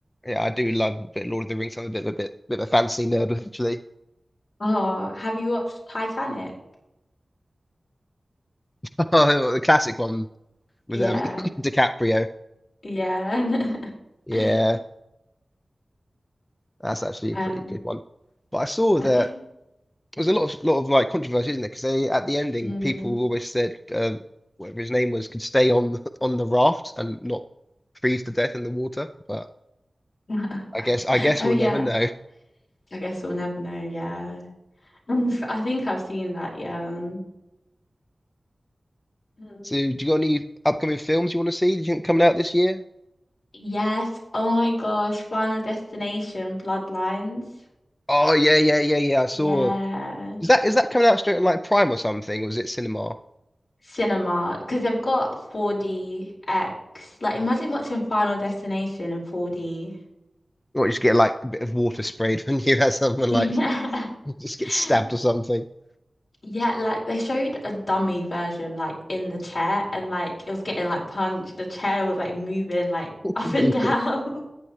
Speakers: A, on the left (about 20°); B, on the left (about 70°).
A: Yeah, I do love a bit Lord of the Rings. I'm a bit of a bit, bit of a fantasy nerd actually.
B: Oh, have you watched Titanic?
A: <laughs> The classic one
B: Yeah,
A: with um <coughs> <laughs> DiCaprio.
B: yeah.
A: Yeah,
B: <laughs>
A: that's actually a
B: Um,
A: pretty good one. But I saw
B: okay.
A: that there was a lot of lot of like controversy, isn't there? Because they at the ending,
B: Mm.
A: people always said uh, whatever his name was could stay on <laughs> on the raft and not freeze to death in the water. But
B: <laughs>
A: I guess I guess
B: Oh
A: we'll
B: yeah,
A: never know.
B: I guess we'll never know. Yeah, <laughs> Um, f- I think I've seen that. Yeah. Um, Mm.
A: So, do you got any upcoming films you want to see? Do you think coming out this year?
B: Yes. Oh my gosh, Final Destination, Bloodlines.
A: Oh yeah, yeah, yeah, yeah. I saw.
B: Yeah,
A: Is that is that coming out straight on like Prime or something, or is it cinema?
B: cinema because they've got 4DX. Like, imagine watching Final Destination in 4D.
A: Or you just get like a bit of water sprayed <laughs> when you have someone
B: Yeah.
A: like
B: <laughs>
A: <laughs> just get stabbed or something. <laughs>
B: Yeah, like they showed a dummy version, like in the chair, and like it was getting like punched. The chair was like moving like <laughs> up
A: Yeah,
B: and down. <laughs>